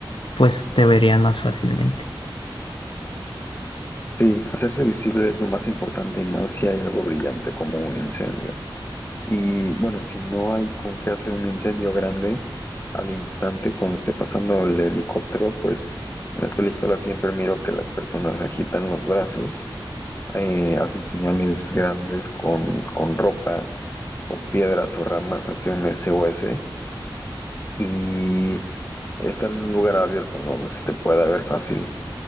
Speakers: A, on the left; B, on the left.
A: pues te verían más fácilmente.
B: Sí, hacerse visible es lo más importante y más si hay algo brillante como un incendio. Y bueno, si no hay con qué hacer un incendio grande al instante cuando esté pasando el helicóptero, pues en las películas siempre miro que las personas agitan los brazos, eh, hacen señales grandes con, con ropa, con piedras o ramas hacia un S O S y estar en un lugar abierto en donde se te pueda ver fácil.